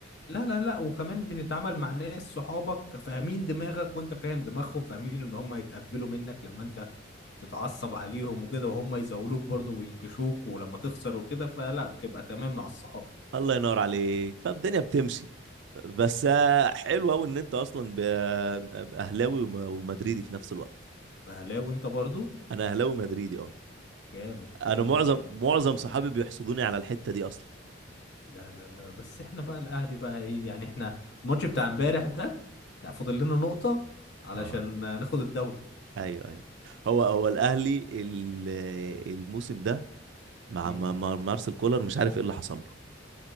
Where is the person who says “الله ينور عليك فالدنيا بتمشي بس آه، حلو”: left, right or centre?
Right